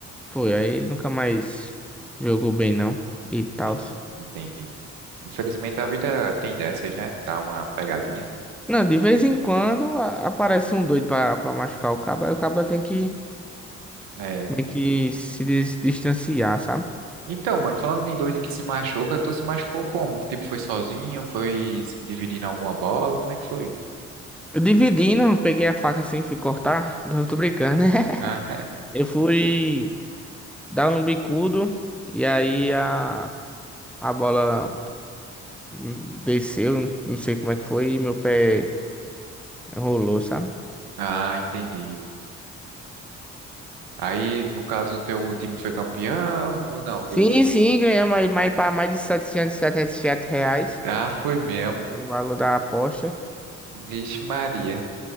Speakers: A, in the centre; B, on the right.
A: Foi, aí ele nunca mais jogou bem, não. E tal.
B: Entendi. Entendi. Infelizmente a vida tem dessas, né? Dá uma pegadinha.
A: Não, de vez em quando a- aparece um doido pra, pra machucar o cabo. Aí o cabo tem que
B: É.
A: meio que se dis- distanciar, sabe?
B: Então, mano, falando em doido que se machuca, tu se machucou como? Tipo, foi sozinho? Foi se dividindo alguma bola? Como é que foi?
A: Eu dividindo, peguei a faca assim, fui cortar. <laughs> Não tô brincando, né?
B: Ah,
A: <laughs> Eu fui dar um bicudo e aí a, a bola desceu, não sei como é que foi, e meu pé rolou, sabe?
B: <laughs> ah, entendi. Aí, no caso, o teu time foi campeão ou não? Do...
A: Sim, sim, ganhamos aí mais, pra mais de setecentos e e setenta e sete reais.
B: Ah, foi mesmo.
A: o valor da aposta.
B: Vixe Maria.